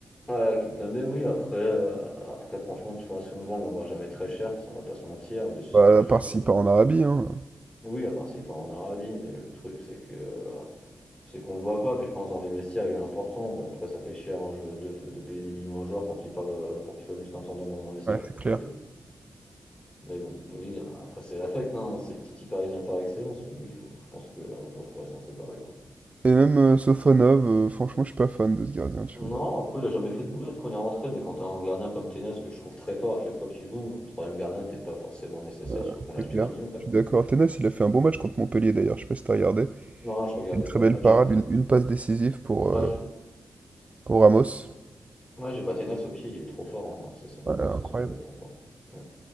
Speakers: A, on the left (about 20°); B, on the right (about 30°).
A: Ouais, Kimpembe, oui, après, euh, après franchement, tu vois si on le vend, on le vendra jamais très cher, ça on va pas se mentir, mais ce
B: Bah,
A: serait juste
B: à part s'il part en Arabie, hein.
A: Oui, à part s'il part en Arabie, mais le truc c'est que euh, c'est qu'on le voit pas, mais je pense dans les vestiaires il est important, mais après ça fait cher un jeu de, de payer des millions à un joueur pour qu'il parle euh, pour qu'il soit juste intendant dans un vestiaire.
B: Ouais, c'est
A: quoi,
B: clair.
A: un peu. Mais bon, oui, après c'est l'affect, hein, c'est le Titi parisien par excellence, mais oui, faut, je pense qu'un jour il faudrait s'en séparer quoi.
B: Et même euh, Sofonov, euh, franchement, je suis pas fan de ce gardien, tu
A: Non,
B: vois.
A: après il a jamais fait de boulette quand il est rentré, mais quand t'as un gardien comme Tenas que je trouve très fort à chaque fois qu'il joue, un troisième gardien n'était pas forcément nécessaire,
B: Ouais,
A: surtout qu'on l'a
B: c'est
A: acheté
B: clair.
A: 20 millions quand
B: Je
A: même
B: suis
A: quoi.
B: d'accord. Tenas, il a fait un bon match contre Montpellier d'ailleurs, je sais pas si t'as regardé.
A: Non, je regardais
B: Il a Une très
A: pas
B: belle
A: le match,
B: parade,
A: mais
B: une, une passe décisive pour,
A: ouais,
B: euh,
A: j'ai-
B: pour Ramos.
A: Ouais, j'ai battu Nas au pied, il est trop fort, hein. C'est son
B: Ouais,
A: point,
B: incroyable.
A: c'est son plus gros point fort. Ouais.